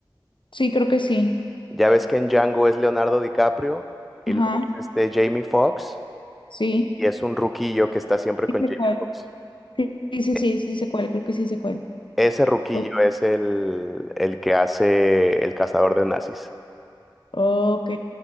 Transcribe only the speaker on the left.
Sí, creo que sí.
Ajá,
sí.
Sí
sé
cuál.
Sí, sí, sí, sí,
sí sé cuál, creo que sí sé cuál.
O-
Ok.